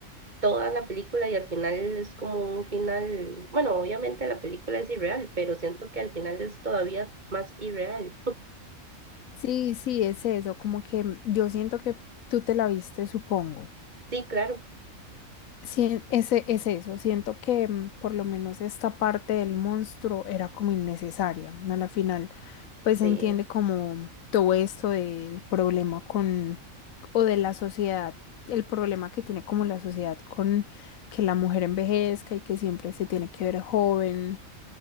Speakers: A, on the right; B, on the left.
A: toda la película y al final es como un final, bueno, obviamente la película es irreal, pero siento que al final es todavía más irreal.
B: sí, sí, es eso, como que yo siento que tú te la viste, supongo.
A: Sí, claro,
B: Sí, ese es eso. Siento que mm, por lo menos esta parte del monstruo era como innecesaria. ¿no? A la final, pues se
A: sí,
B: entiende como mm, todo esto del problema con, o de la sociedad, el problema que tiene como la sociedad con que la mujer envejezca y que siempre se tiene que ver joven.